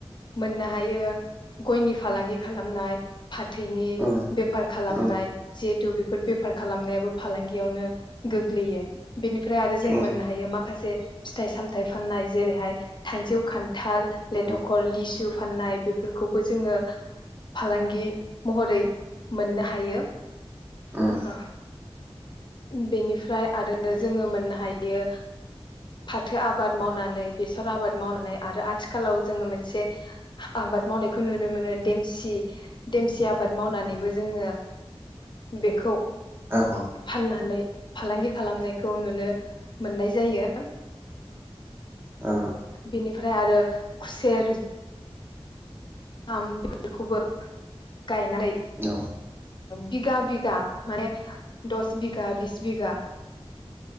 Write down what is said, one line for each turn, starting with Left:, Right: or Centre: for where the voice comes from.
Left: मोननो हायो गयनि फालांगि खालामनाय। फाथैनि
Right: उम
Left: बेफार खालामनाय।
Right: उम
Left: जिहेथु बेफोर बेफार खालामनायाबो फालांगियावनो गोग्लैयो। बेनिफ्राय आरो जों
Right: उम
Left: मोननो
Right: उम
Left: हायो माखासे फिथाइ सामथाइ फाननाय जेरैहाय थाइजौ खान थाल, लेथक',
Right: उम
Left: लिसु फाननाय बेफोरखौबो जोङो फालांगि महरै मोननो हायो।
Right: उम
Left: ओ। बेनिफ्राय आरो जोङो मोननो हायो यो फाथो आबाद मावनानै बेसर आबाद मावनानै आरो आथिखालाव जोङो मोनसे आबाद मावनायखौ नुनो मोनो देमसि देमसि आबाद मावनानै बो जोङो बेखौ
Right: औ औ
Left: फाननानै फालांगि खालामनायखौ नुनो मोननाय जायो।
Right: औ।
Left: बेनिफ्राय आरो खुसेर आम <unintelligible> खौबो गायनानै
Right: औ
Left: बिगा बिगा माने दस बिघा बिस बिघा